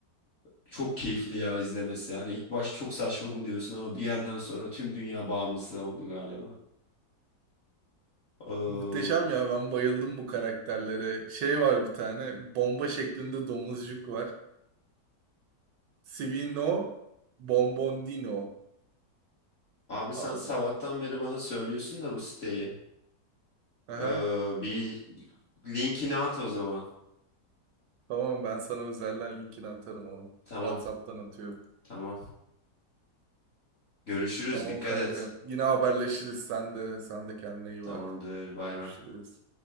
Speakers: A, on the left (about 45°); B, on the right (about 75°).
A: Çok keyifli ya izlemesi. Hani ilk baş çok saçma buluyorsun ama bir yerden sonra tüm dünya bağımlısı oldu galiba. Ee,
B: Muhteşem ya ben bayıldım bu karakterlere. Şey var bir tane bomba şeklinde domuzcuk var. Sivino Bombondino
A: abi sen
B: abi.
A: sabahtan beri bana söylüyorsun da bu siteyi.
B: Aha,
A: Ee, bir linkini at o zaman.
B: tamam ben sana özelden linkini atarım onu.
A: Tamam,
B: WhatsApp'tan atıyorum.
A: tamam. Görüşürüz.
B: Tamam
A: Dikkat
B: kanka.
A: et.
B: Yine haberleşiriz. Sen de sen de kendine iyi
A: Tamamdır.
B: bak.
A: Bay
B: Görüşürüz.
A: bay.